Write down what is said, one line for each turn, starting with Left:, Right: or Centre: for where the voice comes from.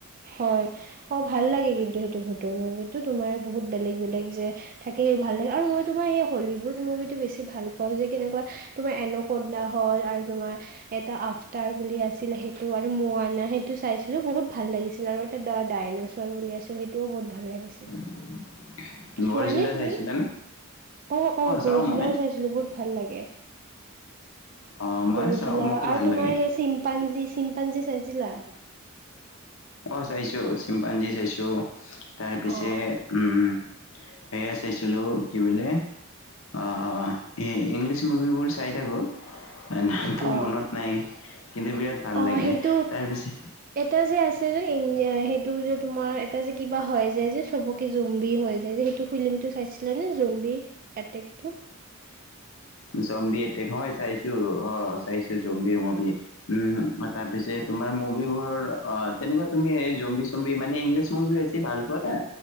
Right: হয় অ ভাল লাগে কিন্তু সেইটো বহুত ভুতৰ মুভিটো তোমাৰ বহুত বেলেগ বেলেগ যে থাকে সেই ভাল লাগে আৰু মই তোমাৰ সেই হলিউড মুভিটো বেছি ভাল পাওঁ যে কেনেকুৱা তোমাৰ এন কুন্দা হল আৰু তোমাৰ এটা আফতাৰ বুলি আছিলে সেইটো আৰু মোৱানা সেইটো চাইছিলোঁ বহুত ভাল লাগিছিল আৰু তটা ডাইনছৰ বুলি আছিল সেইটোও বহুত ভাল লাগিছিল
Left: <unintelligible>
Right: চোৱা
Left: গড়জিলা
Right: নে তুমি
Left: চাইছিলানে
Right: অ অ গৰজিলাও
Left: চাও মই
Right: চাইছিলো বহুত ভাল লাগে
Left: অ ময়ো
Right: গৰজিলা
Left: চাও মোকো
Right: আৰু
Left: ভাল
Right: তোমাৰ
Left: লাগে
Right: সেই চিম্পা্নজি চিম চিম্পাঞ্জী চাই ছিলা
Left: অ চাইছো চিম্পাঞ্জি চাইছো তাৰ পিছে
Right: অ',
Left: উম সেয়া চাইছিলো কি বোলে আ ই ইংলিছ মুভিবোৰ চাই থাকো। নামটো
Right: অ'।
Left: মনত নাই কিন্তু বিৰাট ভাল
Right: অ
Left: লাগে
Right: সেইটো
Left: তাৰ পিছত
Right: এটা যে আছে যে সেইটো যে তোমাৰ এটা যে কিবা হয় যায় যে চবকে জুম্বি হৈ যায় যে সেইটো ফিল্মটো চাইছিলা নে জম্বি এটেকটো
Left: জম্বী এটেক হয় চাইছো অ চাইছো জম্বীৰ মুভি উম অ তাৰপিছে তোমাৰ মুভিবোৰৰো অ তেনেকুৱা তুমি এই জম্বি চম্বি মানে ইংলিছ মুভি বেছি ভাল পোৱা নে